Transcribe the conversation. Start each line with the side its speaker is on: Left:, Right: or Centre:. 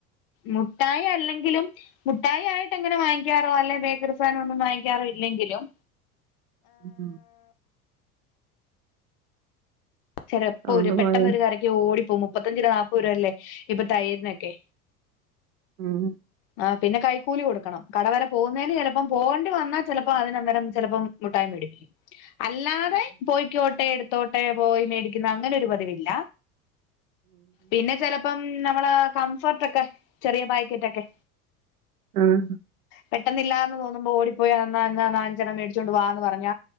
Left: മുട്ടായി അല്ലെങ്കിലും മുട്ടായിായിട്ട്ങ്ങനെ വാങ്ങിക്കാറോ അല്ലെ ബേക്കറി സാധനം ഒന്നും വാ റില്ലെങ്കിലും
Right: ഉം ഉം
Left: ചെലപ്പോ
Right: സൗണ്ട്
Left: ഒരു പെട്ടൊന്ന്
Right: പോയോ
Left: ഒരു കറിക്ക് ഓടിപ്പോ മുപ്പത്തഞ്ചു രൂപ നാല്പ്പത് രൂപ അല്ലേ ഇപ്പൊ തൈരിനൊക്കെ
Right: ഉം
Left: ആ പിന്നെ കൈക്കൂലി കൊടുക്കണം കടവരെ പോകുന്നതിന് ചിലപ്പം പോകേണ്ടി വന്നാൽ ചിലപ്പോ അതിനന്തേരം ചിലപ്പം മൂട്ടായി മേടി അല്ലാതെ പോയ്ക്കോട്ടെ എടുത്തോട്ടെ പോയി മേടിക്കുന്ന അങ്ങനെ ഒരു പതിവില്ല പിന്നെ ചെലപ്പം നമ്മളേ കംഫർട്ട് ഒക്കെ ചെറിയ പായ്ക്കറ്റ്ക്കോ
Right: ആ ഹ്
Left: പെട്ടെന്നില്ലാ എന്ന് തോന്നുമ്പോ ഓടിപ്പോയി അാാ നാലഞ്ചന മേടിച്ചോണ്ട് വാന്ന് പറഞ്ഞ